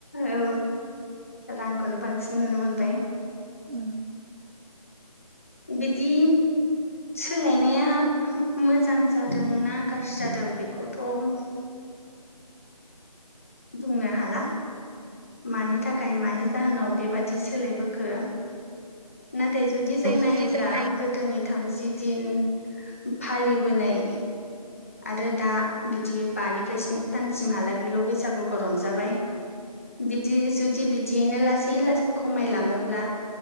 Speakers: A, on the left; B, on the right.
A: औ रांखौनो बांसिन नुनो मोनबाय
B: नाथाय
A: बिदि सोलायनाया मोजां जादों ना गाज्रि जादों बेखौ थ' बुंनो हाला मानि थाखाय मानि जाहोनाव बेबादि सोलायबोखो नाथाय जुदि जों नायोब्ला
B: जुदि जों नाय
A: गोदोनि थामजि दिन फालिबोनाय आरो दा बिदि बानिफ्राय स्नि सानसिमहालागैल' बैसागुखौ रंजाबाय बिदि जुदि बिदियैनो लासै लासै खमायलाङोब्ला